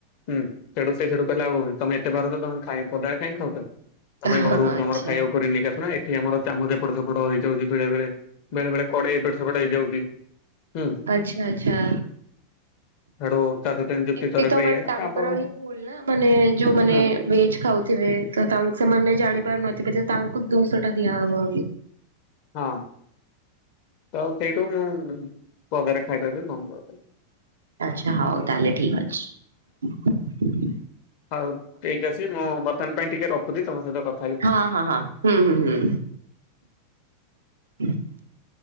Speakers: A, on the left; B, on the right.
A: ହୁଁ। ସେଠୁ ସେ ସେଠୁ କହିଲା ଆଉ ତମେ ଏତେ ପାର ତମେ ଖାଇ ପଦାରେ କାଇଁ ଖାଉଛ? ତମେ
B: ହଁ
A: ଘରରୁ
B: ଆଚ୍ଛା
A: ତମର ଖାଇବାକୁ କରେଈ ନେଇିକା ଆସୁନା। ଏଠି ଆମର ଚାମଚ ଏପଟ ସେପଟ ହେଇଯାଉଛି ବେଳେ ବେଳେ। ବେଳେ ବେଳେ କଡ଼େଇ ଏପଟ ସେପଟ ହେଇଯାଉଛି। ହୁଁ
B: ଆଛା ଆଛା।
A: ସେଠୁ ତା ସହିତ ଏମିତି ଯୁକ୍ତି
B: ଏମତି
A: ତରକରେ
B: ତ
A: ଇଏ
B: ବଟ୍
A: ହେଲା
B: ତାଙ୍କର
A: ତାପରେ
B: ହିଁ ଭୁଲ୍ ନା। ମାନେ ଯୋଉମାନେ
A: ହୁଁ
B: ଭେଜ୍ ଖାଉ ଥିବେ ତ ତା ସେମାନେ ଜାଣିପାରୁନଥିବେ ତାଙ୍କୁ ଦୁଶଟା ଦିଆହବ
A: ହଁ। ତ ସେଇଠୁ ମୁଁ ପଦାରେ ଖାଇବା ବି ବନ୍ଦ କରିିଦେଲି।
B: ଆଚ୍ଛା ହଉ ତାହେଲେ ଠିକ୍ ଅଛି।
A: ହଉ ଠିକ୍ ଅଛି। ମୁଁ ବର୍ତ୍ତମାନ ପାଇଁ ଟିକେ ରଖୁଛି ତମ ସହିତ କ
B: ହଁ ହଁ ହଁ। ହୁଁ ହୁଁ ହୁଁ। <inaudible>